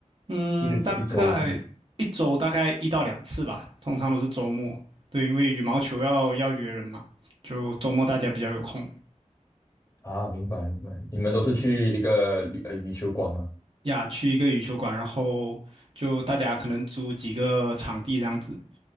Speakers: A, on the right (about 45°); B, on the left (about 25°).
A: 嗯，
B: 一个周一周上
A: 大概一周大概一到两次吧，通常都是周末。对，因为羽毛球要要约人嘛，就周末大家比较有空
B: 啊，明白明白。你们都是去一个羽呃羽球馆吗？
A: 呀，去一个羽球馆，然后就大家可能租几个场地这样子，